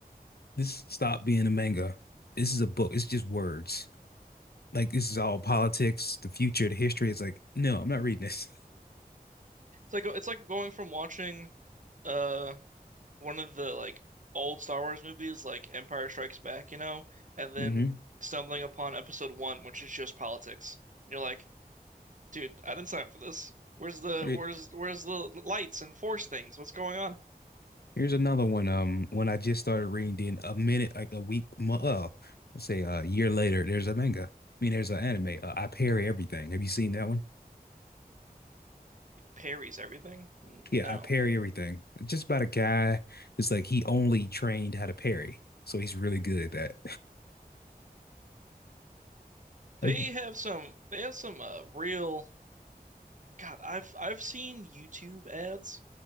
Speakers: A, on the left (about 80°); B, on the right (about 50°).
A: This stop being a manga. This is a book. It's just words. Like this is all politics, the future, the history. It's like, no, I'm not reading this.
B: It's like it's like going from watching uh one of the like old Star Wars movies, like Empire Strikes Back, you know, and then
A: <laughs> hmm
B: stumbling upon episode one, which is just politics. And you're like, Dude, I didn't sign up for this. Where's the
A: Okay.
B: where's where's the lights and force things? What's going on?
A: Here's another one. Um, when I just started reading, then a minute, like a week, mo- uh, let's say uh, a year later, there's a manga. I mean, there's an anime. Uh, I Parry Everything. Have you seen that one?
B: He parries everything? N- No.
A: Yeah, I Parry Everything. It's just about a guy. It's like he only trained how to parry, so he's really good at that.
B: They have some they have some uh, real God, I've I've seen YouTube ads